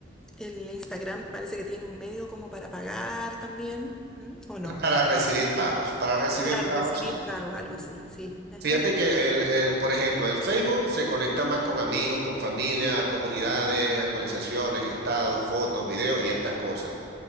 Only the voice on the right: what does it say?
para recibir pagos. Para recibir
pagos,
sí.
Ujú.
Fíjate que el, el, por ejemplo, el Facebook se conecta más con amigos, con familias, comunidades, actualizaciones, estados, fotos, videos y estas cosas.